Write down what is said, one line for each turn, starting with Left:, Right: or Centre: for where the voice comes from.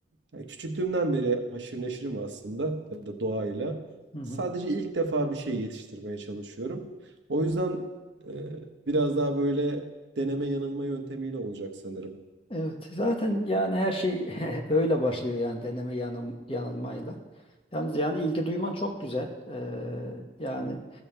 Right: yani küçüklüğümden beri haşır neşirim aslında ya da doğayla.
Left: hı hı.
Right: Sadece ilk defa bir şey yetiştirmeye çalışıyorum. O yüzden e, biraz daha böyle deneme yanılma yöntemiyle olacak sanırım.
Left: Evet, zaten yani her şey <laughs> öyle başlıyor yani deneme yanım, yanılmayla. Yalnız yani ilgi duyman çok güzel. Ee, yani